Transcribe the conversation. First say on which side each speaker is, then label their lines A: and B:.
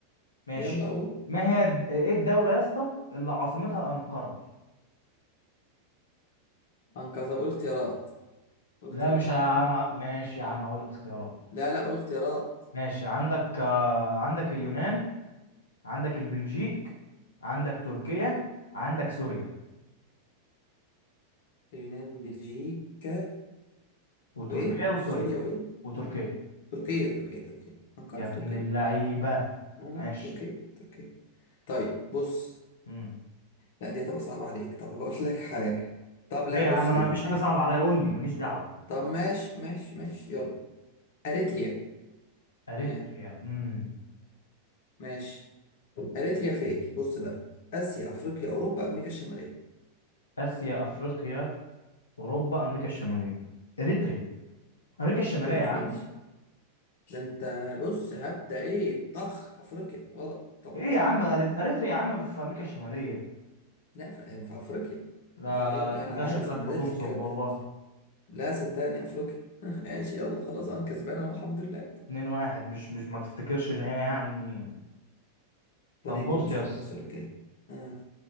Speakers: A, on the left (about 75°); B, on the left (about 55°).
A: ماشي
B: يلا قول
A: ما هي د- ايه الدوله يا اسطى اللي عاصمتها انقره
B: انقذ طب قول اختيارات قول
A: لا
B: اختيارات
A: مش عم... ماشي يا عم هقول لك اختيارات
B: لا لا قول اختيارات
A: ماشي عندك آه، عندك اليونان عندك البلجيك عندك تركيا عندك سوريا
B: اليونان بلجيكا
A: وتركيا
B: وايه
A: وسوريا
B: سوريا وايه
A: وتركيا
B: تركيا تركيا تركيا انقرة
A: يا ابن
B: في تركيا
A: اللعيبه
B: لا لا
A: ماشي
B: تركيا تركيا طيب بص
A: مم.
B: لا دي هتبقى صعبة عليك طب هقول لك حاجة طب لا
A: ليه يا
B: بص
A: عم انا
B: دي بقى
A: مفيش حاجه صعبه عليا قول لي ماليش دعوه
B: طب ماشي ماشي ماشي يلا اريتريا
A: اريتريا
B: آه.
A: امم
B: ماشي اريتريا فين بص بقى اسيا افريقيا اوروبا امريكا الشماليه
A: اسيا افريقيا اوروبا امريكا الشماليه اريتريا امريكا الشماليه
B: اريتريا
A: يا عم
B: ماشي ده انت بص هبدا ايه طخ افريقيا غلط طبعا
A: ايه يا عم أريت- اريتريا يا عم في امريكا الشماليه
B: لا في, في افريقيا
A: لا
B: هو ايه
A: لا لا
B: ده
A: انت
B: انا
A: كده
B: عارف
A: شكلك
B: انا
A: بتنصب
B: دارس الكلام
A: والله
B: ده لا صدقني افريقيا <laughs> ماشي يلا خلاص انا كسبان اهو الحمد لله
A: اتنين واحد مش مش ما تفتكرش ان هي يعني طب
B: ربنا يكرم
A: بص
B: ان شاء
A: يس
B: الله في السؤال الجاي اه